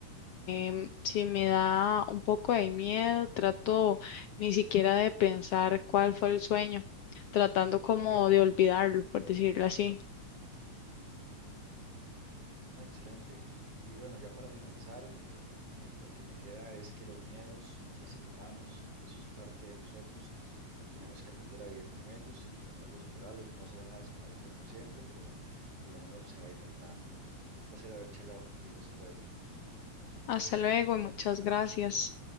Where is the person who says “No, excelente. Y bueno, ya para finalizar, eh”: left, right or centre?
Right